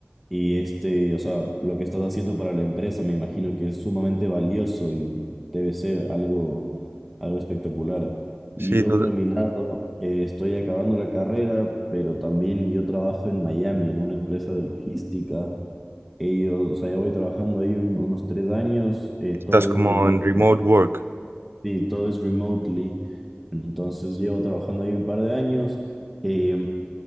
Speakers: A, in the centre; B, on the right (about 70°).
A: y este, o sea, lo que estás haciendo para la empresa me imagino que es sumamente valioso y debe ser algo, algo espectacular. Y
B: Sí,
A: yo
B: to-
A: por mi lado eh, estoy acabando la carrera, pero también yo trabajo en Miami, en una empresa de logística. Ellos, o sea, ya voy trabajando ahí un- unos tres años, eh,
B: estás
A: todo
B: como
A: es remoto,
B: en remote work.
A: sí, todo es remotely. Entonces llevo trabajando ahí un par de años. Eh,